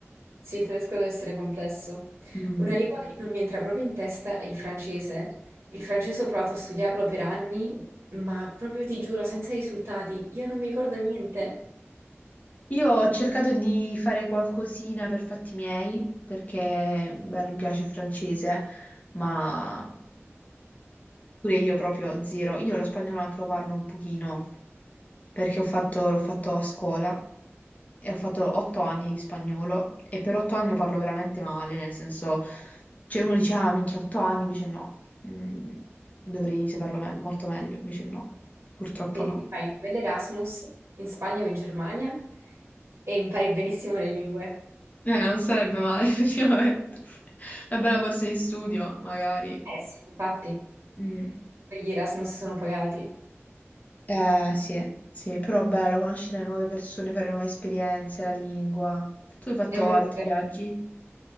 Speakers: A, on the right (about 70°); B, on the left (about 35°).
A: Sì, il tedesco deve essere complesso.
B: Mm.
A: Una lingua che non mi entra proprio in testa è il francese. Il francese ho provato a studiarlo per anni, ma proprio ti giuro, senza risultati, io non mi ricordo niente.
B: Io ho cercato di fare qualcosina per fatti miei, perché, beh, non mi piace il francese, ma pure io proprio zero. Io lo spagnolo anche lo parlo un pochino. perché ho fatto- l'ho fatto a scuola e ho fatto otto anni di spagnolo e per otto anni lo parlo veramente male, nel senso, cioè uno dice, ah, minchia, otto anni, invece no, Mm, dovrei saperlo me- molto meglio, invece no, purtroppo
A: Vedi,
B: no.
A: ti fai un bell'Erasmus in Spagna o in Germania e impari benissimo le lingue.
B: Eh, non sarebbe male, <laughs> effettivamente. Una bella borsa di studio, magari.
A: Eh sì, infatti,
B: Mm.
A: quegli Erasmus sono pagati.
B: Eh, sì, sì, però bello conoscere nuove persone, fare nuove esperienze, la lingua. Tu hai fatto
A: È molto
B: altri
A: divertente.
B: viaggi?